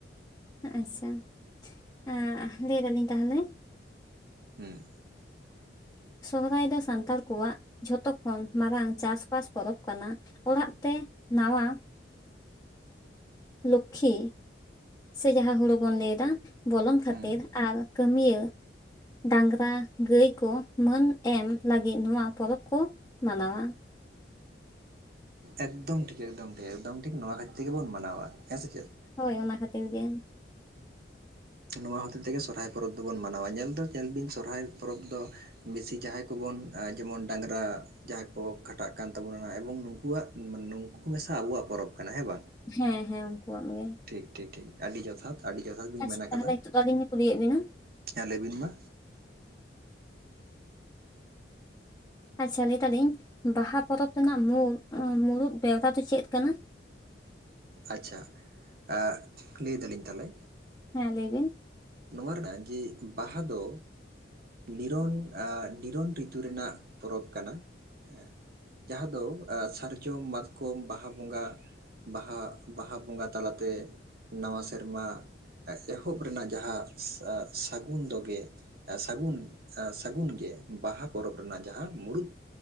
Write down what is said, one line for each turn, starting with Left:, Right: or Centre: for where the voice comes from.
Left: ᱟᱪᱪᱷᱟ ᱟ ᱞᱟᱹᱭ ᱫᱟᱞᱤᱧ ᱛᱟᱦᱚᱞᱮ
Right: ᱦᱩᱸ
Left: ᱥᱚᱦᱚᱨᱟᱭ ᱫᱚ ᱥᱟᱱᱛᱟᱲ ᱠᱚᱣᱟᱜ ᱡᱷᱚᱛᱚ ᱠᱷᱚᱱ ᱢᱟᱨᱟᱝ ᱪᱟᱥᱵᱟᱥ ᱯᱚᱨᱚᱵᱽ ᱠᱟᱱᱟ᱾ ᱚᱲᱟᱜ ᱛᱮ ᱱᱟᱣᱟ ᱞᱩᱠᱠᱷᱤ ᱥᱮ ᱡᱟᱦᱟᱸ ᱦᱩᱲᱩ ᱵᱚᱱ ᱞᱟᱹᱭ ᱮᱫᱟ ᱵᱚᱞᱚᱱ ᱠᱷᱟᱹᱛᱤᱨ
Right: ᱦᱩᱸ
Left: ᱟᱨ ᱠᱟᱹᱢᱤᱭᱟᱹ ᱰᱟᱝᱨᱟ ᱜᱟᱹᱭ ᱠᱚ ᱢᱟᱹᱱ ᱮᱢ ᱞᱟᱹᱜᱤᱫ ᱱᱚᱣᱟ ᱯᱚᱨᱚᱵᱽ ᱠᱚ ᱢᱟᱱᱟᱣᱟ᱾
Right: ᱮᱠᱫᱚᱢ ᱴᱷᱤᱠ ᱮᱠᱫᱚᱢ ᱴᱷᱤᱠ ᱮᱠᱫᱚᱢ ᱴᱷᱤᱠ ᱱᱚᱣᱟ ᱠᱷᱟᱹᱛᱤᱨ ᱜᱮᱵᱚᱱ ᱢᱟᱱᱟᱣᱟ᱾ ᱦᱮᱸ ᱥᱮ ᱪᱮᱫ
Left: ᱦᱳᱭ ᱚᱱᱟ ᱠᱷᱟᱹᱛᱤᱨ ᱜᱮ
Right: ᱱᱚᱣᱟ ᱦᱚᱛᱮᱡ ᱛᱮᱜᱮ ᱥᱚᱨᱦᱟᱭ ᱯᱚᱨᱚᱵᱽ ᱫᱚᱵᱚᱱ ᱢᱟᱱᱟᱣᱟ ᱧᱮᱞ ᱫᱚ ᱧᱮᱞ ᱵᱤᱱ ᱥᱚᱨᱦᱟᱭ ᱯᱚᱨᱚᱵᱽ ᱫᱚ ᱵᱤᱥᱤ ᱡᱟᱦᱟᱸᱭ ᱠᱚ ᱵᱚᱱ ᱡᱮᱢᱚᱱ ᱰᱟᱝᱨᱟ ᱡᱟᱦᱟᱸᱭ ᱠᱚ ᱠᱷᱟᱴᱟᱜ ᱠᱟᱱ ᱛᱟᱵᱚᱱᱟ ᱮᱵᱚᱝ ᱱᱩᱠᱩᱣᱟᱜ ᱱᱩᱝᱠᱩ ᱢᱮᱥᱟ ᱟᱵᱚᱣᱟᱜ ᱯᱚᱨᱚᱵᱽ ᱠᱟᱱᱟ ᱦᱮᱸ ᱵᱟᱝ
Left: ᱦᱮᱸ ᱦᱮᱸ ᱩᱱᱠᱩᱣᱟᱜ ᱜᱮ᱾
Right: ᱴᱷᱤᱠ ᱴᱷᱤᱠ ᱴᱷᱤᱠ ᱟᱹᱰᱤ ᱡᱚᱛᱷᱟᱛ ᱟᱹᱰᱤ ᱡᱚᱛᱷᱟᱛ ᱵᱤᱱ
Left: ᱟᱪᱪᱷᱟ
Right: ᱟᱠᱟᱫᱟ
Left: ᱛᱟᱦᱚᱞᱮ ᱱᱤᱛᱚᱜ ᱫᱚ ᱟᱹᱞᱤᱧ ᱠᱩᱞᱤᱭᱮᱫ ᱵᱤᱱᱟ
Right: ᱦᱮᱸ ᱞᱟᱹᱭ ᱵᱤᱱ ᱢᱟ
Left: ᱟᱪᱪᱷᱟ ᱞᱟᱹᱭ ᱫᱟᱞᱤᱧ ᱵᱟᱦᱟ ᱯᱚᱨᱚᱵᱽ ᱨᱮᱱᱟᱜ ᱢᱩᱲ ᱢᱩᱲᱩᱫ ᱵᱮᱣᱨᱟ ᱫᱚ ᱪᱮᱫ ᱠᱟᱱᱟ?
Right: ᱟᱪᱪᱷᱟ ᱮᱸᱻᱜ ᱞᱟᱹᱭ ᱫᱟᱞᱤᱧ ᱛᱟᱦᱚᱞᱮ
Left: ᱦᱮᱸ ᱞᱟᱹᱭ ᱵᱤᱱ
Right: ᱱᱚᱣᱟ ᱨᱮᱱᱟᱜ ᱡᱮ ᱵᱟᱦᱟ ᱫᱚ ᱱᱤᱨᱚᱱ ᱟ ᱱᱤᱨᱚᱱ ᱨᱤᱛᱩ ᱨᱮᱱᱟᱜ ᱯᱚᱨᱚᱵᱽ ᱠᱟᱱᱟ ᱦᱮᱸ ᱡᱟᱦᱟᱸ ᱫᱚ ᱫᱚ ᱥᱟᱨᱡᱚᱢ, ᱢᱟᱛᱠᱚᱢ ᱵᱟᱦᱟ ᱵᱚᱸᱜᱟ ᱵᱟᱦᱟ ᱵᱟᱦᱟ ᱵᱚᱸᱜᱟ ᱛᱟᱞᱟᱛᱮ ᱱᱟᱣᱟ ᱥᱮᱨᱢᱟ ᱮᱦᱚᱵ ᱨᱮᱱᱟᱜ ᱡᱟᱦᱟᱸ ᱥᱟ ᱥᱟᱹᱜᱩᱱ ᱫᱚ ᱜᱮ ᱥᱟᱹᱜᱩᱱ, ᱥᱟᱹᱜᱩᱱ ᱜᱮ ᱵᱟᱦᱟ ᱯᱚᱨᱚᱵᱽ ᱨᱮᱱᱟᱜ ᱡᱟᱦᱟᱸ ᱢᱩᱲᱩᱫ